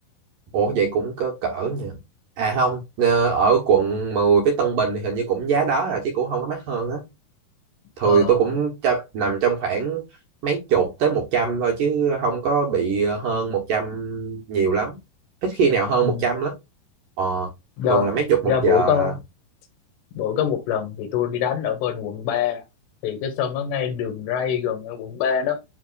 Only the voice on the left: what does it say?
ờ,
ừ,
do
do
bữa
có
bữa có một lần thì tôi đi đánh ở bên quận ba thì cái sân nó ngay đường ray gần ở quận 3 đó